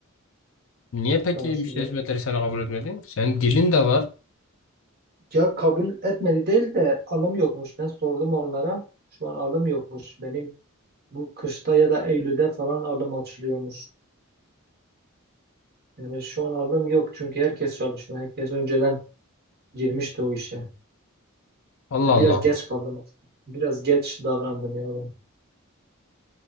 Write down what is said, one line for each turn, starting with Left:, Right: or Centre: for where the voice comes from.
Left: Niye peki
Right: Bayağı
Left: müşteri
Right: sıcak.
Left: hizmetleri seni kabul etmedi? Senin dilin de var.
Right: Ya kabul etmedi değil de alım yokmuş. Ben sordum onlara. Şu an alım yokmuş. Benim bu kışta ya da Eylül'de falan alım açılıyormuş. Yani şu an alım yok çünkü herkes çalışıyor. Herkes önceden girmişti o işe.
Left: Allah
Right: Ben
Left: Allah.
Right: biraz geç kaldım. aslında. Biraz geç davrandım ya ben.